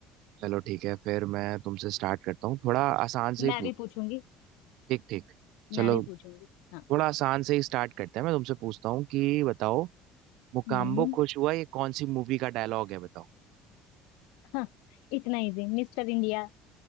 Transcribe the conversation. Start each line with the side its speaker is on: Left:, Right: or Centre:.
Right: चलो ठीक है फिर मैं तुमसे स्टार्ट करता हूँ थोड़ा आसान से ही
Left: मैं
Right: पूछ
Left: भी पूछूंगी
Right: ठीक ठीक
Left: मैं
Right: चलो
Left: भी पूछूंगी हाँ
Right: थोड़ा आसान से ही स्टार्ट करते हैं मैं तुमसे पूछता हूँ कि बताओ मुकाम्बो
Left: हम्म
Right: खुश हुआ ये कौन सी मूवी का डायलॉग है बताओ
Left: हाँ इतना इजी Mister India